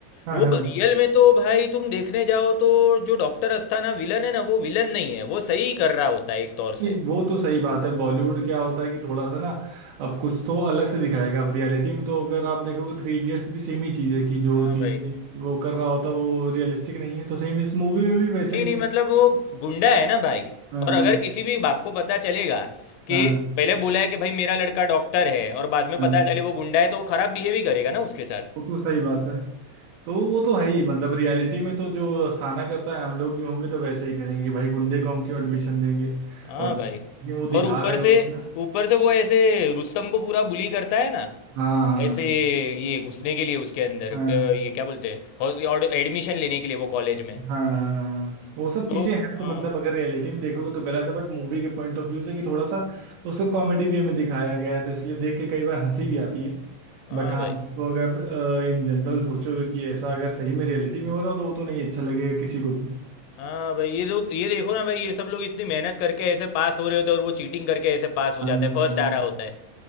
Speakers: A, on the right (about 75°); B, on the left (about 85°).
A: हाँ
B: वो
A: हाँ
B: रियल में तो भाई तुम देखने जाओ तो जो डॉक्टर अस्थाना विलन है ना वो विलन नहीं है वो सही कर रहा होता है एक तौर
A: नहीं
B: से
A: वो तो सही बात है बॉलीवुड क्या होता है कि थोड़ा सा ना अब कुछ तो अलग से दिखाएगा अब रियलिटी में तो अगर आप देखोगे थ्री इडियट्स भी सेम ही चीज़ है कि जो
B: हाँ
A: चीज़ें
B: भाई
A: वो कर रहा होता है वो रियलिस्टिक नहीं है तो सेम इस मूवी में भी वैसा
B: नहीं
A: ही
B: नहीं
A: है
B: मतलब वो गुंडा है ना भाई
A: हाँ
B: और अगर किसी भी बाप को पता चलेगा कि
A: हाँ
B: पहले बोला है कि भाई मेरा लड़का डॉक्टर है और बाद में पता
A: हाँ
B: चले वो गुंडा है तो वो खराब बिहेव ही करेगा ना उसके साथ
A: वो तो सही बात है तो वो तो है ही मतलब रियलिटी में तो जो अस्थाना करता है हम लोग भी होंगे तो वैसे ही करेंगे कि भाई गुंडे को हम क्यों एडमिशन देंगे
B: हाँ
A: और
B: भाई
A: जो वो दिखा
B: और ऊपर
A: रहे
B: से
A: होते हैं ना
B: ऊपर से वो ऐसे रुस्तम को पूरा बुली करता है ना
A: हाँ हाँ
B: ऐसे ये घुसने के लिए उसके अंदर
A: हाँ
B: अ, ये क्या बोलते हैं और एडमिशन लेने के लिए वो कॉलेज में
A: हाँ हाँ, हाँ। वो सब
B: तो
A: चीजें हैं
B: हाँ
A: तो मतलब अगर रियलिटी में देखोगे तो गलत है बट मूवी के पॉइंट ऑफ व्यू से कि थोड़ा सा उसको कॉमेडी वे में दिखाया गया है तो इसलिए देख के कई बार हंसी भी आती है
B: हाँ
A: बट हाँ
B: भाई
A: उसको अगर इन जनरल सोचोगे कि ऐसा अगर सही में रियलिटी में हो रहा हो तो वो तो नहीं अच्छा लगेगा किसी को भी
B: हाँ भाई ये लोग ये देखो ना भाई ये सब लोग इतनी मेहनत करके ऐसे पास हो रहे होते हैं और वो चीटिंग करके ऐसे पास हो जाता
A: हाँ हाँ
B: है फर्स्ट आ
A: हाँ।
B: रहा होता है